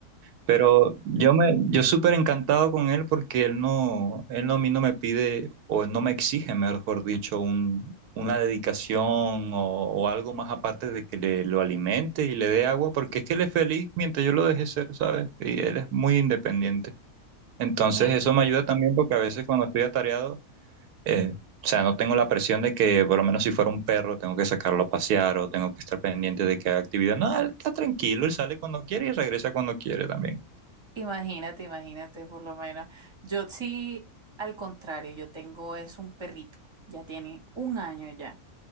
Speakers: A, on the right; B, on the right.
A: Pero yo me, yo súper encantado con él porque él no, él no a mí no me pide, o él no me exige, mejor dicho, un, una dedicación o, o algo más aparte de que le, lo alimente y le dé agua, porque es que él es feliz mientras yo lo deje ser, ¿sabes? Y él es muy independiente. Entonces
B: Im-
A: eso me ayuda también porque a veces cuando estoy atareado, eh, o sea, no tengo la presión de que por lo menos si fuera un perro tengo que sacarlo a pasear o tengo que estar pendiente de que haga actividad. No, él está tranquilo, él sale cuando quiere y regresa cuando quiere también.
B: Imagínate, imagínate, por lo menos. Yo sí, al contrario, yo tengo es un perrito. Ya tiene un año ya.